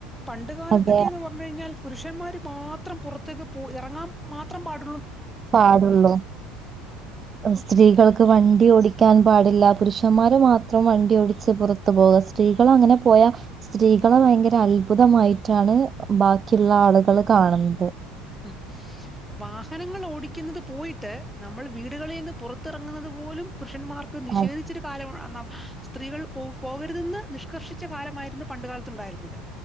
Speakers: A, in the centre; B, on the right.
A: പണ്ട് കാലത്തൊക്കെയന്ന്
B: അതെ
A: പറഞ്ഞു കഴിഞ്ഞാൽ പുരുഷന്മാര് മാത്രം പുറത്തേക്ക് പോ ഇറങ്ങാൻ മാത്രം പാട
B: പാടുള്ളോ സ്ത്രീകൾക്ക് വണ്ടി ഓടി ിക്കാൻ പാടില്ല പുരുഷന്മാര് മാത്രം വണ്ടി ടിച്ച് പുറത്തു പോകുക സ്ത്രീകൾ അങ്ങനെ പോയാ സ്ത്രീകളെ ഭയങ്കര അത്ഭുതമായിട്ടാണ് ബാക്കിയുള്ള ആളുകൾ കാണുന്ന
A: ഉം വാഹനങ്ങൾ ഓടിക്കുന്നത് പോയിട്ട് നമ്മൾ വീടുകളിൽ നിന്ന് പുറത്തിറങ്ങുന്നത് പോലും- പുരുഷന്മാർക്ക് നിഷേധിച്ചരു
B: അതെ
A: കാലമാണ് ആ - സ്ത്രീകൾ പോ പോകരുതെന്ന് നിഷ്കർഷിച്ച കാലമായിരുന്നു പണ്ടു കാലത്തുണ്ടായിരുന്നത്